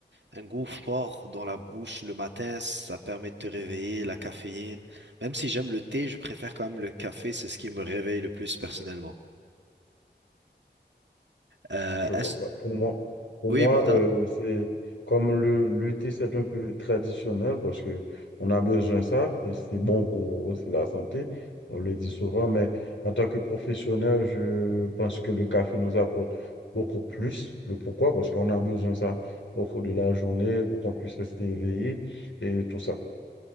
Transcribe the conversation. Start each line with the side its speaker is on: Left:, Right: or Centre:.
Right: un goût fort dans la bouche le matin. Ça permet de te réveiller, la caféine. Même si j'aime le thé, je préfère quand même le café. C'est ce qui me réveille le plus personnellement. Euh,
Left: Je
Right: est-ce-
Left: vois. Bah, pour moi, pour
Right: Oui,
Left: moi
Right: pour toi?
Left: euh, c'est comme le, le thé, c'est un peu traditionnel parce que on a besoin de ça et c'est bon pour aussi la santé. On le dit souvent, mais en tant que professionnel, je pense que le café nous apporte beaucoup plus. Le pourquoi? Parce qu'on a besoin de ça au cours de la journée pour qu'on puisse rester éveillé et tout ça.